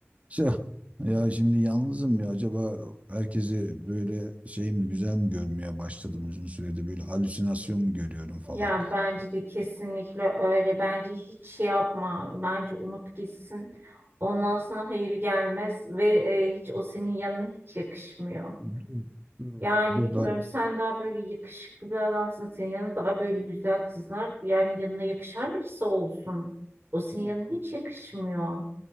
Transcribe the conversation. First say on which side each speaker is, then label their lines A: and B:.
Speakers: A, on the right; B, on the right.
A: Şey, ya şimdi yalnızım ya acaba herkesi böyle şey mi güzel mi görmeye başladım uzun süredir böyle halüsinasyon mu görüyorum falan.
B: Ya bence de kesinlikle öyle. Bence hiç şey yapma. Bence unut gitsin. Ondan sonra hayır gelmez ve e, hiç o senin yanına hiç yakışmıyor.
A: Dur, dur, oğlum,
B: Yani
A: dur
B: bilmiyorum
A: daha
B: sen daha böyle yakışıklı bir adamsın. Senin yanında daha böyle güzel kızlar yani yanına yakışan birisi olsun. O senin
A: tamam
B: yanına hiç
A: o zaman,
B: yakışmıyor.